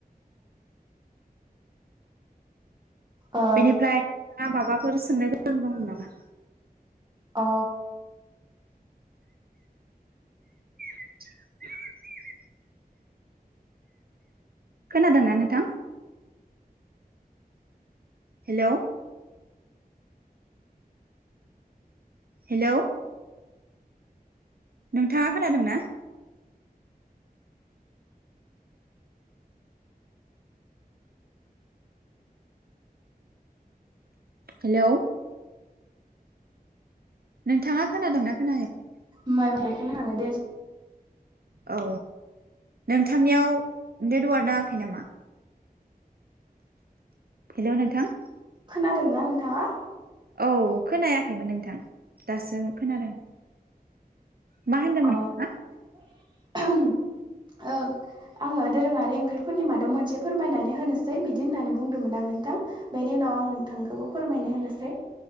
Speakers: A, on the right (about 30°); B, on the right (about 75°).
A: ओ
B: बेनिफ्राय नोंथाङा माबाफोर सोंनो गोनां दं नामा?
A: अ।
B: <inaudible> खोनादोंना नोंथां? हेल'। हेल'। नोंथाङा खोनादों ना? हेल'। नोंथाङा खोनादोंना खोनायाखै?
A: <unintelligible>
B: औ नोंथांनियाव नेटवार्क नाङाखै नामा? हेल' नोंथां।
A: खोनादोंना नोंथाङा?
B: औ खोनायाखैमोन नोंथां दासो खोनादों। मा होनदोंमोन
A: अ
B: नोंथाङा?
A: <unintelligible> ओ आंङो दोरोङारि ओंख्रिफोरनि मादाव मोनसे फोरमायनानै होनोसै बिदि होननानै बुंदोंमोन आं। नोंथां बेनि उनाव आं नोंथांखौबो फोरमायनो होनोसै